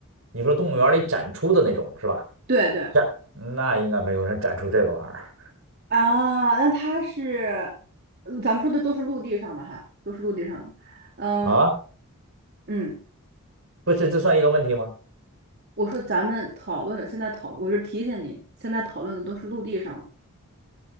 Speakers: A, on the right; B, on the right.
A: 你说动物园里展出的那种是吧？
B: 对对。
A: 展，那应该没有人展出这个玩意儿
B: 啊，那它是，呃咱们说的都是陆地上的哈，都是陆地上的。嗯
A: 啊？
B: 嗯，
A: 不是，这算一个问题吗？
B: 我说咱们讨论的，现在讨论，我就提醒你，现在讨论的都是陆地上的。